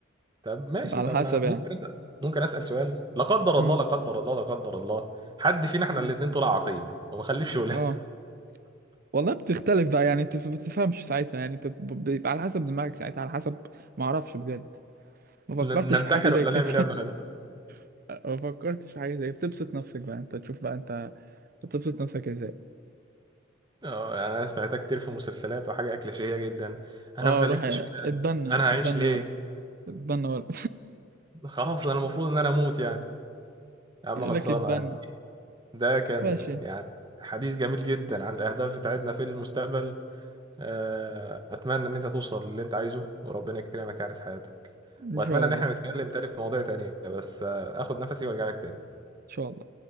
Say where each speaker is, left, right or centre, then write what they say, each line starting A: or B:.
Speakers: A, on the right; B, on the right.
A: طب ماشي
B: تبقى على
A: طب
B: حسب
A: ما
B: يعني
A: ممكن اسال ممكن اسال سؤال لا قدر
B: امم
A: الله لا قدر الله لا قدر الله حد فينا احنا
B: امم
A: الاثنين طلع عقيم وما خلفش ولا
B: اه والله بتختلف بقى يعني انت ما بتفهمش ساعتها يعني انت ب- بيبقى على حسب دماغك ساعتها على حسب ما اعرفش بجد
A: <laughs>
B: ما
A: ن-
B: فكرتش
A: ننتحر
B: في حاجه زي
A: ولا
B: كده
A: نعمل ايه يا ابن خالتي
B: <laughs> ما فكرتش في حاجه زي بتبسط نفسك بقى انت تشوف بقى انت بتبسط نفسك ازاي
A: اه يعني انا سمعتها كتير في مسلسلات وحاجه كليشيهيه جدا انا
B: اه
A: ما خلفتش
B: روح
A: ولاد
B: اتبنى
A: انا هعيش
B: اتبنى
A: ليه
B: ولا اتبنى ولا
A: خلاص انا المفروض ان انا اموت يعني يا عم
B: <laughs>
A: خلصانة
B: لك اتبنى
A: يعني ده كان
B: ماشي
A: يعني حديث جميل جدا عن الأهداف بتاعتنا في المستقبل آه، أتمنى إن أنت توصل للي أنت عايزه وربنا يكرمك يعني في حياتك
B: ان
A: وأتمنى
B: شاء
A: إن
B: الله
A: احنا
B: ان
A: نتكلم تاني في مواضيع تانية بس آه، آخد نفسي وأرجع لك تاني
B: شاء الله